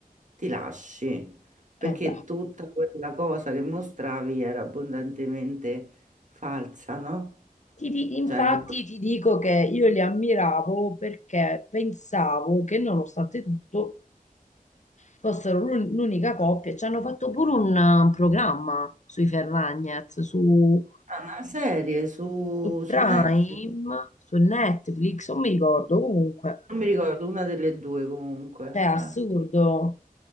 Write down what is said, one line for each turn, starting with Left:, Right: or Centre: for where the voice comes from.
Right: ti lasci, perché
Left: Eh beh.
Right: tutta quella cosa che mostravi era abbondantemente falsa, no?
Left: Ti di- infatti
Right: C'era
Left: ti dico che io li ammiravo perché pensavo che nonostante tutto fossero l'un- l'unica coppia. Ci hanno fatto pure un, eh, programma sui Ferragnez, su,
Right: una serie su,
Left: su Prime,
Right: su Netflix,
Left: su Netflix, non mi ricordo comunque.
Right: non mi ricordo, una delle due comunque.
Left: Cioè, assurdo,
Right: eh.